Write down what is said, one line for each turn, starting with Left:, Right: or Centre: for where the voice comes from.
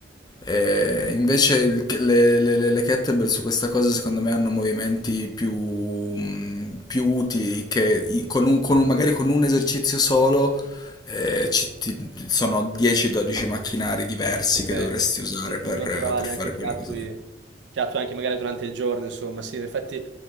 Left: E invece il- le, le- le- le kettlebell su questa cosa secondo me hanno movimenti più, mh, più utili che i- con un- con un- magari con un esercizio solo eh, ci- ti- sono 10-12 macchinari diversi
Right: Ok,
Left: che dovresti usare
Right: quindi più
Left: per,
Right: naturale
Left: per fare
Right: anche che
Left: quelle
Right: attui,
Left: cose lì.
Right: che attui anche magari durante il giorno, insomma, sì, in effetti